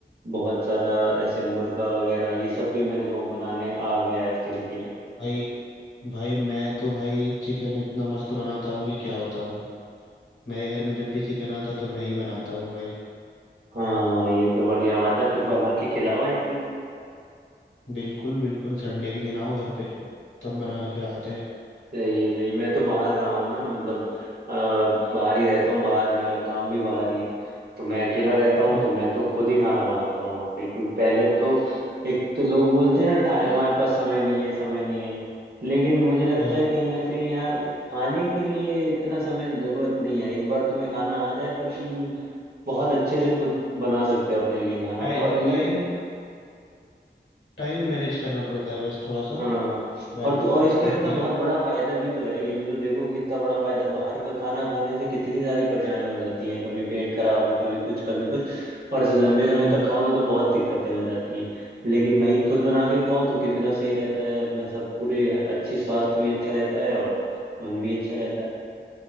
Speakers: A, on the right; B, on the left.
A: बहुत ज्यादा ऐसे मुर्गा वगैरह ये सब भी मेरे को बनाने आ गया है अब धीरे धीरे
B: भाई भाई मैं तो भाई चिकन इतना मस्त बनाता हूँ कि क्या बताऊँ मेरे घर में जब भी चिकन आता तो मैं ही बनाता हूँ भाई
A: हाँ ये तो बढ़िया बात है फिर बना के खिलाओ भाई
B: बिल्कुल बिल्कुल संडे के दिन आओ घर पे तब बना के खिलाते
A: सही है सही है मैं तो बाहर रहा हूँ ना मतलब अ, बाहर ही रहता हूँ बाहर मेरा काम भी बाहर ही है तो मैं अकेला रहता हूँ
B: हैं
A: तो मैं तो खुद ही खाना बनाता हूँ वहाँ पे क्योंकि पहले तो एक तो लोग बोलते हैं ना टाइम हमारे पास समय नहीं है समय नहीं है लेकिन मुझे लगता
B: हाँ
A: है कहीं ना कहीं यार खाने के लिए इतना समय जरूरत नहीं है एक बार तुम्हें खाना आ जाए फिर तुम बहुत अच्छे से खुद बना सकते हो अपने लिए खाना
B: टाइम
A: और ये
B: टाइम टाइम मैनेज करना पड़ता है बस थोड़ा सा
A: हाँ
B: वैसे
A: और
B: कोई
A: और इसका
B: दिक्कत
A: इतना
B: नहीं
A: बहुत
B: है।
A: बड़ा फायदा भी तो है ये भी तो देखो कि इतना बड़ा फायदा बाहर का खाना खाने से कितनी सारी परेशानियां हो जाती हैं कभी पेट खराब है कभी कुछ कभी कुछ और इसे लंबे समय
B: हाँ
A: तक खाओ तो, तो बहुत दिक्कतें हो जाती हैं लेकिन वहीं खुद बना के खाओ तो कितना सही रहता है अपना सब पूरे अच्छी स्वास्थ्य भी अच्छा रहता है और मन भी अच्छा रहता है